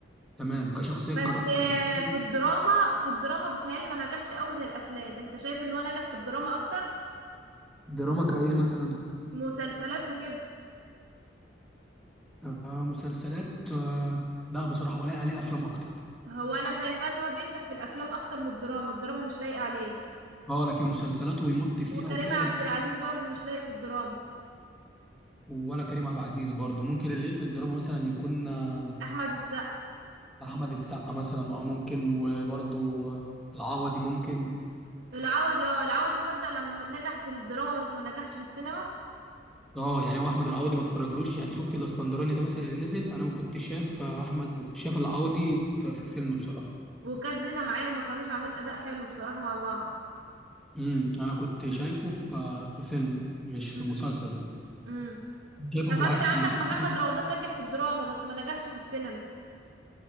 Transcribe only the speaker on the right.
بس
آه، في الدراما في الدراما بتهيألي ما نجحش قوي زي الافلام انت شايف ان هو نجح في الدراما اكتر
مسلسلات وكده
هو انا شايفاه ان هو بينجح في الافلام اكتر من الدراما الدراما مش لايقه عليه
وكريم
عبد
العزيز برضو مش لايق في الدراما
احمد السقا
العوضي اه العوضي صدق لما نجح في الدراما بس ما نجحش في السينما
وكانت زينة معاه وما كانوش عاملين اداء حلو بصراحه مع بعض
امم
أمم.
طب
انا كان عندك
محمد رمضان نجح في الدراما بس ما نجحش في السينما